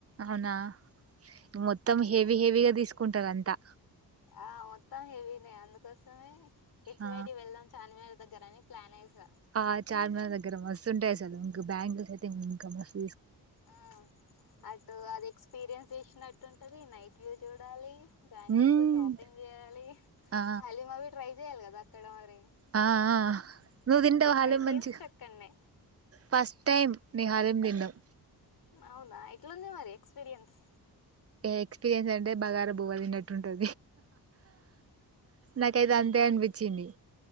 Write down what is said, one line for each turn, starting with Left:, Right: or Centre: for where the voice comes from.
Right: అవునా - <unintelligible> మొత్తం హెవీ హెవీగా దీస్ కుంటదంతా
Left: ఆ మొత్తం హెవీనే అందుకోసమే హెచ్వైడి
Right: ఆ
Left: వెళ్దాం చార్మినార్ దగ్గర అని ప్లాన్ వేసా
Right: ఆ చార్మినార్ దగ్గర మస్తుంటాయి చలు ఇంకా బ్యాంగూ ఇంకాఫస్
Left: ఆ అట్టు అది ఎక్స్ ఎక్స్పీరియన్స్ చేసినట్టు ఉంటుంది నైట్ వ్యూ చూడాలి బ్యాంగిల్స్
Right: మ్మ్
Left: షాపింగ్ చేయాలి
Right: ఆ
Left: హలీమాబీ ట్రై చెయ్యాలి కదా అక్కడ మరి
Right: ఆ నువ్వు తింటవు
Left: ఇక్కడ
Right: హలీమ్
Left: టేస్ట్
Right: మంచి
Left: అక్కడనే
Right: ఫస్ట్ టైం నీ హలీమ్ తిన్నావు
Left: అవుదా ఇట్లందే మరి ఎక్స్పీరియన్స్
Right: ఎక్స్పీరియన్స్ అంటే బగార భూవదంటట్టు నాకైతే అంతే అం చిని